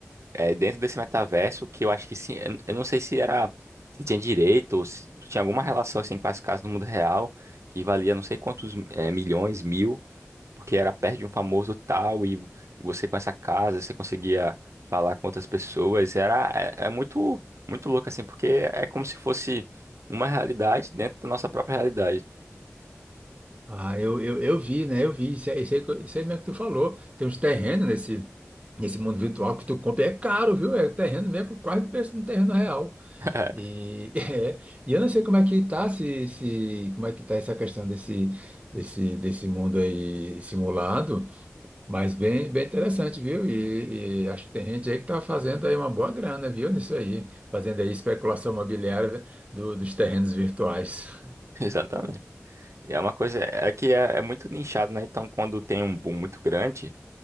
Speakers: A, on the right (about 70°); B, on the right (about 25°).
A: é, dentro desse metaverso, que eu acho que sim, eu eu não sei se era, se tinha direito, ou se tinha alguma relação assim, com as casas no mundo real, que valia não sei quantos é, milhões, mil, porque era perto de um famoso tal e você com essa casa, você conseguia falar com outras pessoas, era é, é muito muito louco assim, porque é como se fosse uma realidade dentro da nossa própria realidade.
B: Ah, eu, eu, eu vi, né? Eu vi. Isso, é- isso, aí, que eu- isso aí mesmo que tu falou. Tem uns terrenos nesse, nesse mundo virtual que tu compra. É caro, viu? É terreno mesmo, quase o preço de um terreno real.
A: <laughs>
B: E, <laughs> é, e eu não sei como é que tá, se, se, como é que tá essa questão desse, desse, desse mundo aí simulado, mas bem, bem interessante, viu? E, e acho que tem gente aí que tá fazendo aí uma boa grana, viu? Nisso aí. Fazendo aí especulação imobiliária do- dos terrenos virtuais. <laughs>
A: Exatamente. E é uma coisa é é que é, é muito nichado, né? Então, quando tem um boom muito grande,